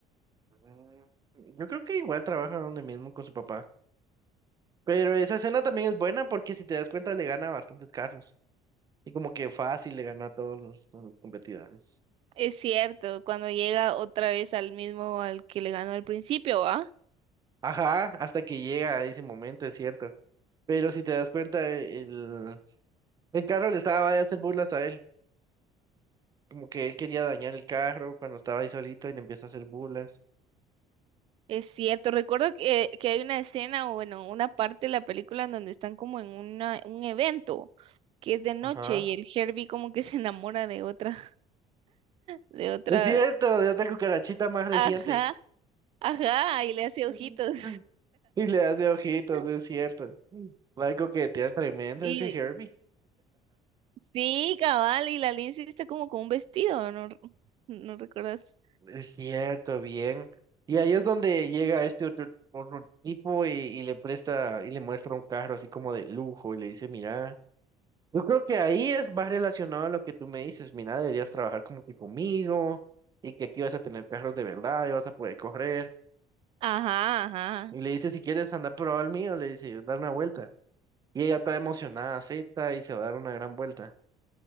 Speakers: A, on the right (about 30°); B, on the right (about 45°).
A: Mm, Yo creo que igual trabaja donde mismo con su papá. Pero esa escena también es buena porque si te das cuenta le gana a bastantes carros. Y como que fácil le gana a todos los, los competidores.
B: Es cierto, cuando llega otra vez al mismo al que le ganó al principio, ¿va?
A: Ajá, hasta que llega a ese momento, es cierto. Pero si te das cuenta, el, el carro le estaba a hacer burlas a él. Como que él quería dañar el carro cuando estaba ahí solito y le empieza a hacer burlas.
B: Es cierto, recuerdo que, que hay una escena o bueno, una parte de la película en donde están como en una, un evento que es de noche
A: Ajá.
B: y el Herbie como que se enamora de otra de otra,
A: Es cierto, de otra cucarachita más reciente.
B: ajá, ajá, y le hace
A: <laughs>
B: ojitos.
A: Y le hace ojitos,
B: <laughs>
A: es cierto. Va coquetea tremendo
B: Y
A: ese Herbie.
B: sí, cabal, y la Lindsay está como con un vestido, ¿no? ¿No recuerdas?
A: Es cierto, bien. Y ahí es donde llega este otro, otro tipo y, y le presta y le muestra un carro así como de lujo y le dice, mira. Yo creo que ahí es más relacionado a lo que tú me dices. Mira, deberías trabajar como que conmigo y que aquí vas a tener carros de verdad y vas a poder correr.
B: Ajá, ajá,
A: Y le dice, si quieres andar a probar el mío, le dice, dar una vuelta. Y ella toda emocionada, acepta y se va a dar una gran vuelta.